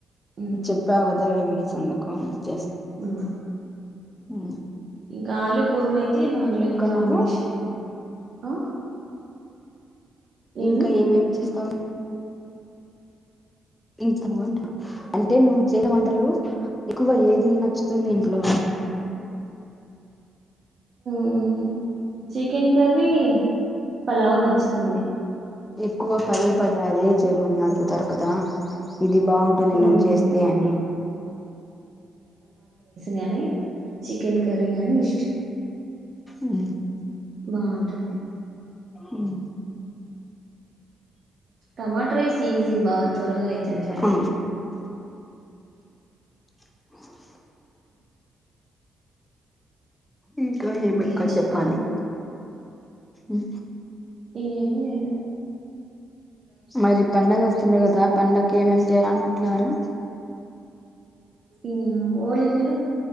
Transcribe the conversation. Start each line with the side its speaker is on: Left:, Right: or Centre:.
Right: మ్మ్
Left: చెప్పవు గదా వేడి సందుకం అచ్చే
Right: అ
Left: హ
Right: ఇంకా ఆలు కుర్మా అయితే దాంట్లోకి కాంబినేషన్
Left: నువ్వు
Right: ఆ ఏమి
Left: ఇంకా ఏం ఏం చేస్తావు ఇంత బాగుంట అంటే నువ్వు చేసిన వంటలు ఎక్కువ ఏది నచ్చుతుంది ఇంట్లో
Right: ఉహు చికెన్ కర్రీ పలావ్ నచ్చుతుంది
Left: ఎక్కువ పదే పదే అదే చేయమని అడుగుతారు కదా ఇది బాగుంటుంది
Right: మ్మ్
Left: నువ్వు చేస్తే
Right: అవును
Left: అని
Right: గానీ చికెన్ కర్రీ గాని ఇష్టం
Left: ఉ
Right: బాగుంటుంది
Left: ఊమ్
Right: టమాటరయిస్ ఈజీ బా త్వరగా అయిత అది రెడి
Left: ఆ, <inaudible> ఇంకా ఏం
Right: ఇంకేం
Left: మక్క
Right: చెప్పాలి
Left: చెప్పలి
Right: నువ్వు?
Left: ఉ
Right: ఏం లేదు
Left: మరి పండగ ఒస్తుంది కదా పండక్ ఏమేం చేయాలనుకుంటున్నారు
Right: ఊ ఓళిగలు